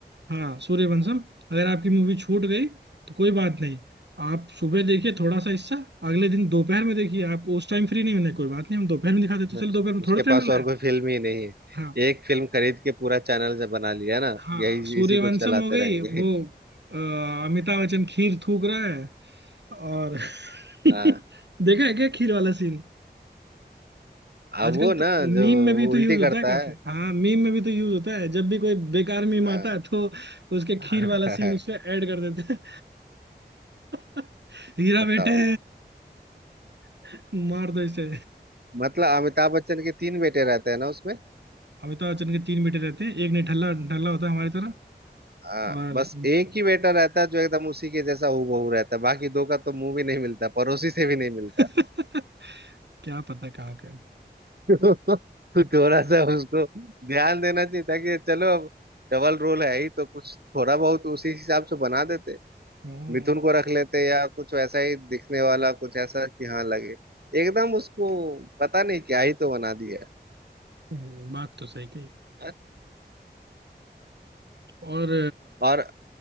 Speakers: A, on the right; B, on the right.
A: हाँ सूर्यवंशम अगर आपकी मूवी छूट गई तो कोई बात नहीं आप सुबह देखिए थोड़ा सा हिस्सा अगले दिन दोपहर में देखिए आपको उस टाइम फ्री नहीं होने कोई बात नहीं हम दोपहर में दिखा देते हैं।
B: अच्छा
A: चलो दोपहर में
B: उसके
A: थोड़ा टाइम
B: पास
A: मिल
B: और
A: रहा है
B: कोई फिल्म ही नहीं है
A: हाँ
B: एक फिल्म खरीद के पूरा चैनल जब बना लिया ना
A: हाँ
B: यही
A: सूर्यवंशम
B: इसी को चलाते
A: हो गई
B: रहेंगे
A: वो अ, अमिताभ बच्चन खीर थूक रहा है और <laughs>
B: हाँ
A: देखा है क्या खीर वाला सीन
B: अब
A: आजकल
B: वो ना
A: तो मीम
B: जो
A: में भी तो
B: उल्टी
A: यूज होता
B: करता
A: है काफी
B: है
A: हाँ मीम में भी तो यूज होता है जब भी कोई बेकार मीम
B: हाँ
A: आता है तो उसके
B: <laughs>
A: खीर वाला सीन उसमें ऐड कर देते हैं <laughs> हीरा
B: बताओ
A: बेटे <laughs> मार दो इसे
B: मतलब अमिताभ बच्चन के तीन बेटे रहते हैं ना उसमें
A: अमिताभ बच्चन के तीन बेटे रहते हैं एक निठल्ला ढल्ला होता है हमारी तरह
B: हाँ
A: और
B: बस एक ही बेटा रहता है जो एकदम उसी के जैसा हूबहू रहता है बाकी दो का तो मुंह भी नहीं मिलता पड़ोसी से भी नहीं मिलता
A: <laughs> क्या पता कहाँ का है।
B: <laughs> तो थोड़ा सा उसको ध्यान देना चाहिए था कि चलो अब डबल रोल है ही तो कुछ थोड़ा बहुत उसी हिसाब से बना देते
A: हम्म
B: मिथुन को रख लेते या कुछ वैसा ही दिखने वाला कुछ ऐसा कि हाँ लगे एकदम उसको पता नहीं क्या ही तो बना दिया
A: हम्म, बात तो सही कही
B: है।
A: और
B: और